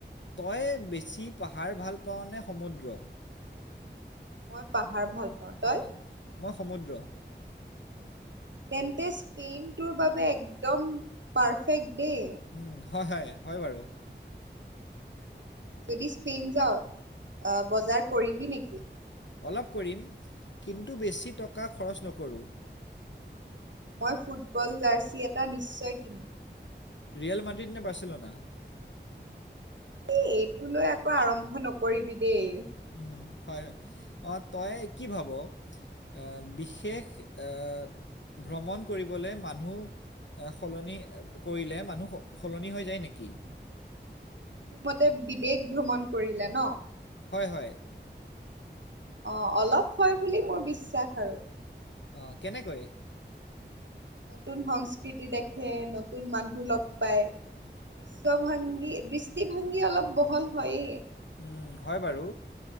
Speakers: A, on the left (about 75°); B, on the right (about 75°).
A: তই বেছি পাহাৰ ভাল পাওঁনে সমুদ্ৰ?
B: মই পাহাৰ ভাল পাওঁ। তই
A: অ' মই সমুদ্ৰ।
B: তেন্তে স্পেইনটোৰ বাবে একদম পাৰফেক্ট দেই।
A: উম হয় হয় হয় বাৰু।
B: যদি স্পেইন যাওঁ অ বজাৰ কৰিবি নেকি?
A: অলপ কৰিম কিন্তু বেছি টকা খৰচ নকৰোঁ।
B: মই ফুটবল জাৰৰ্চি এটা নিশ্চয় কিনিম।
A: ৰিয়েল মাৰ্টিন নে বাচিলনা।
B: এ এইটো লৈ আকৌ আৰম্ভ নকৰিবি দেই।
A: উম হয় হয়, অ তই কি ভাব? আহ বিশেষ আহ ভ্ৰমণ কৰিবলৈ মানুহ এ সলনি কৰিলে মানুহ সলনি হৈ যায় নেকি।
B: তোৰ মতে বিদেশ ভ্ৰমণ কৰিলে ন?
A: হয় হয়।
B: অঁ অলপ হয় বুলি মোৰ বিশ্বাস আৰু।
A: অ কেনেকৈ?
B: নতুন সংস্কৃতি দেখে, নতুন মানুহ লগ পায়। বিশ্ব ভংগী দৃষ্টিভংগী অলপ বহল হয়য়েই।
A: উম হয় বাৰু।